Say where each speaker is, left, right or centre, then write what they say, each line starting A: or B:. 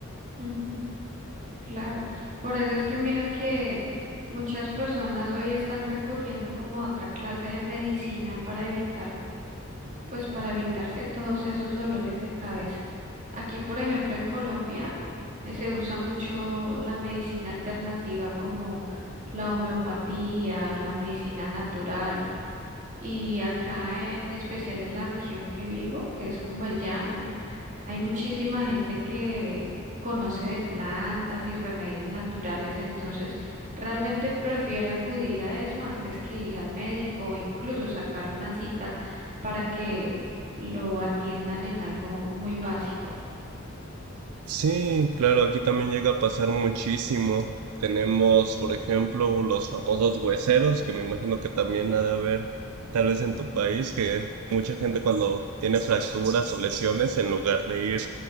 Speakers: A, on the right; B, on the right.
A: Ujú, claro. Por eso es que mira que muchas personas hoy están recurriendo como a otra clase de medicina para evitar, pues para evitarse todos esos dolores de cabeza. Aquí, por ejemplo, en Colombia, eh, se usa mucho la medicina alternativa como la homeopatía, la medicina natural Y acá, eh, en especial en la región que vivo, que es como el llano, hay muchísima gente que conoce de plantas y remedios naturales, entonces realmente prefiere acudir a eso antes que ir al médico o incluso sacar una cita para que lo atiendan en algo muy básico.
B: Sí, claro, aquí también llega a pasar muchísimo. Tenemos, por ejemplo, los famosos hueseros, que me imagino que también ha de haber, tal vez en tu país, que mucha gente cuando tiene fracturas o lesiones, en lugar de ir